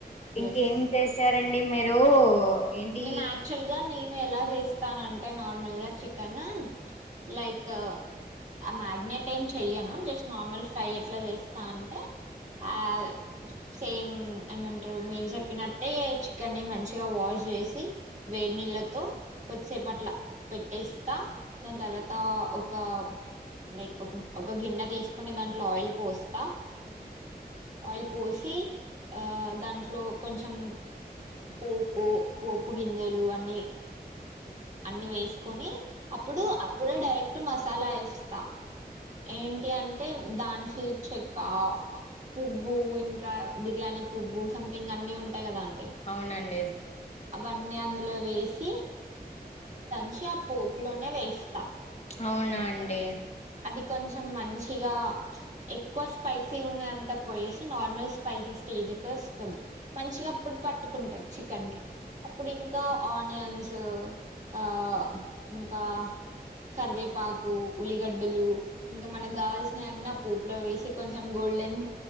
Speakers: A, on the left; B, on the right.
A: ఇంకేం
B: ఎస్
A: చేశారండి అండి మీరు ఏంటి
B: నేను యాక్చువల్ గా నేను ఎలా చేస్తాన అంటే నార్మల్ గా కనా లైక్ ఆ మ్యాగ్నెట్ ఏం చెయ్యను జస్ట్ నార్మల్ ఫ్రై ఎట్లా చేస్తా అంటే ఆ సేమ్ ఏమంటారు మీరు చెప్పినట్టే చికెన్ని ని మంచిగా వాష్ చేసి వేడినీళ్ళతో వచ్చే పట్ల పెట్టే న తర్వాత ఒక లైక్ ఒక ఒక గిన్నె తీసుకొని దాంట్లో ఆయిల్ పోస్తా
A: హ
B: ఆయిల్ పోసి దాంట్లో కొంచెం పోపు పోపు గింజలు అన్నీ అన్ని వేసుకొని అప్పుడు అప్పుడే డైరెక్ట్ మసాలా వేస్తా ఏంటి అంటే అంటే దాంట్లో చెక్క పువ్వు ఇంకా బిర్యానీ పువ్వు సంథింగ్ అన్ని ఉంటాయి కదాండి
A: అవునండి
B: అవన్నీ అందులో వేసి మంచి ఆ పోపులోనే వేస్తాం
A: అవునా అండి
B: అది కొంచెం మంచిగా ఎక్కువ స్పైసీ ఉన్నంత పోయేసి నార్మల్ స్పైసీ స్టేజ్కి వస్త్ మంచిగా అప్పుడు పట్టుకు కుంటారు చికెన్కి అప్పుడు ఇంకా ఆనియన్స్ ఆ ఇంకా కరివేపాకు ఉల్లిగడ్డలు ఇంకా మనకు కావాల్సినవి అన్ని ఆపొపులో వేసి కొంచెం గోల్డెన్